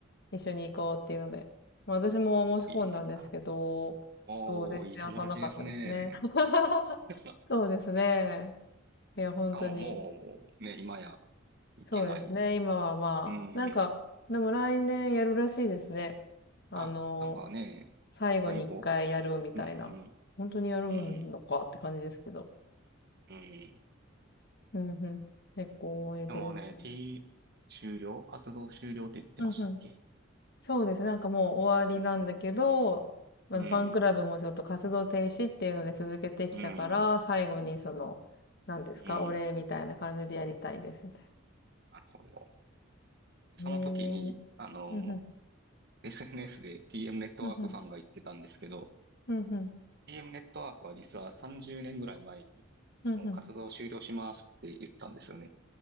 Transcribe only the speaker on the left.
一緒に行こうっていうので。まあ私も申し込んだんですけど、
そう、全然当たんなかったですね。
<laughs>
そうですね。いや、本当に。
そうですね。今はまあ、
なんか、でも来年やるらしいですね。あの、
最後に一回やるみたいな。
本当にやるのかって感じですけど。
うんうん。結構思い出ですね。
うんうん。そうですね。なんかもう終わりなんだけど、
まあのファンクラブもちょっと活動停止っていうので続けてきたから、
最後にその、何ですか、
お礼みたいな感じでやりたいですみたい
な。へえ。
うんうん。
うんうん。うんうん。
うんうん。